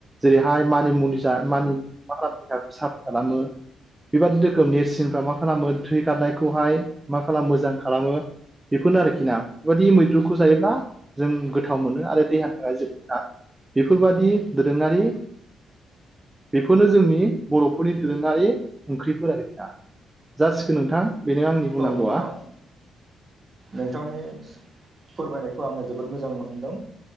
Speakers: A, on the right; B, on the right.
A: जेरैहाय मानि मुनि जा मानि मा देहाखौ साफा खालामो बेबादि रोखोम नेरसिनफ्रा मा खालामो थै खारनायखौहाय मा खालामो मोजां खालामो बेफोरनो आरोखि ना बेबायदि मैद्रुखौ जायोब्ला जों गोथाव मोनो आरो देहानि थाखाय जों मोना बेफोरबादि दोरोङारि बेफोरनो जोंनि बर'फोरनि दोरोङारि ओंख्रिफोर आरोखिना जासिगोन नोंथां बुंनांगौआ
B: औ नोंथां नोंथांनि फोरमायनायखौ आङो जोबोद मोजां मोनदों